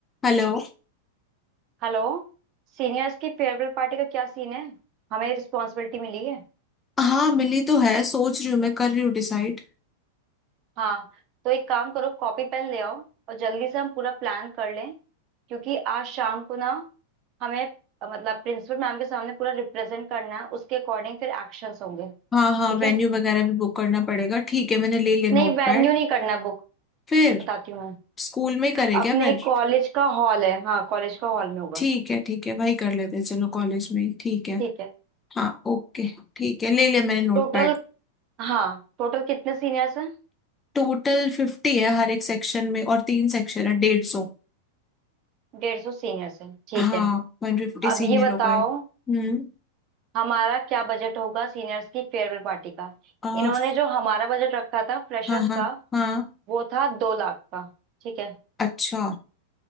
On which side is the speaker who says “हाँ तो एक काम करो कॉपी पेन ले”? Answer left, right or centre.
Right